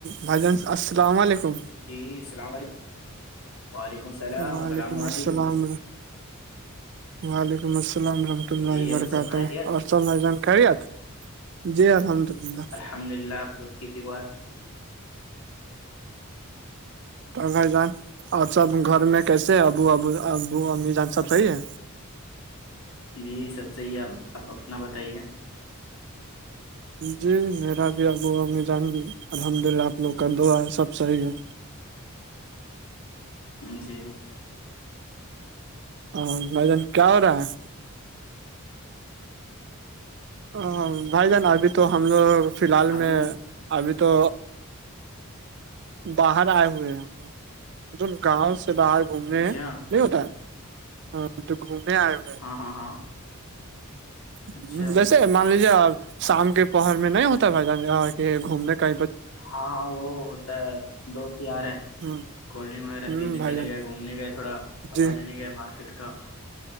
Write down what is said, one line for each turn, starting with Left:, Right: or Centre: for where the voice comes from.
Right: بھائی جان السلام علیکم
Left: جی السلام علیکم وعلیکم السلام
Right: وعلیکم
Left: السلام
Right: السلام
Left: علیکم
Right: وعلیکم السلام ورحمۃ اللہ
Left: جی
Right: وبرکاتہ
Left: اور سب خیریت
Right: جانکت جی الحمد اللہ
Left: الحمد للہ آب ل کی دیوا <inaudible>
Right: اور گ جان اور سب گھر میں کیسے ابو ابو ابو امی جان سب صحی ہے
Left: جی سب صحیح ہے آب آپ اپنا بتائیے
Right: جی میرا بھی آب و ہوا م جان الحمد للہ آپ لوگ کا دعا ہے سب صحیح ہے
Left: جی
Right: ہ مجن کیا ہو رہا <inaudible> ا بھائی جان ابھی تو ہم لوگ فی الحال
Left: ابھی
Right: میں ابھی تو باہر آئے ہوئے ہیں ہم لوگ مطلب گاؤں سے باہر گھومنے
Left: اچھا
Right: ہیں نہیں ہوتا ہاں تو گھومنے آئے ہو
Left: ہاں ہاں ہاں
Right: ہ
Left: اچھا
Right: بس مان لیجیے اب شام کے پوہر میں نہیں ہوتا ہے بھائی جان گھومنے کا
Left: ہاں ہاں وہ ہوتا ہے دوست یار ہے
Right: ہ
Left: کولڈ ڈرنک وغیرہ
Right: ہ
Left: پینے
Right: بھائی
Left: چلے
Right: جان
Left: گئے گھومنے گئے تھوڑا ہوا
Right: جی
Left: لینے گئے مارکیٹ کا